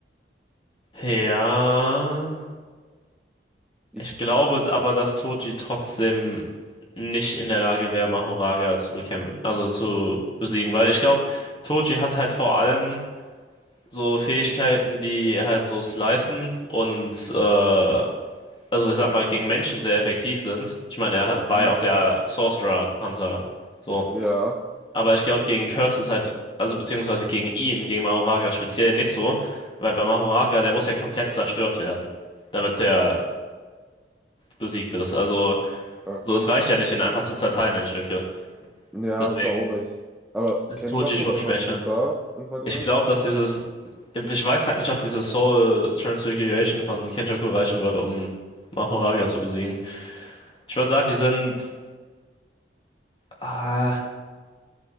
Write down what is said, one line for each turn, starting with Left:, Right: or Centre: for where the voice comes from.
Left: ja.
Centre: Ich,
Left: Ich glaube aber, dass Toji trotzdem nicht in der Lage wäre, Mahoraga zu bekämpfen, also zu besiegen. Weil ich glaube, Toji hat halt vor allem so Fähigkeiten, die halt so slicen und äh, also ich sag mal, gegen Menschen sehr effektiv sind. Ich meine, er hat- war
Centre: hm,
Left: ja auch der Sorcerer Hunter. So.
Centre: ja,
Left: Aber ich glaube, gegen Curse ist halt, also beziehungsweise gegen ihn, gegen Mahoraga speziell nicht so, weil bei Mahoraga, der muss ja komplett zerstört werden, damit der besiegt ist. Also,
Centre: okay.
Left: so es reicht ja nicht, ihn einfach zu zerteilen in Stücke.
Centre: Ja,
Left: Deswegen.
Centre: hast du auch recht. Aber
Left: ist
Centre: Kenjaku,
Left: Toji schon
Centre: was
Left: schwächer.
Centre: sagst du da im Vergleich?
Left: Ich glaube, dass dieses, ich weiß halt nicht, ob diese Soul Transfiguration von Kenjaku reichen würde, um Mahoraga zu besiegen. Ich würde sagen, die sind, ah,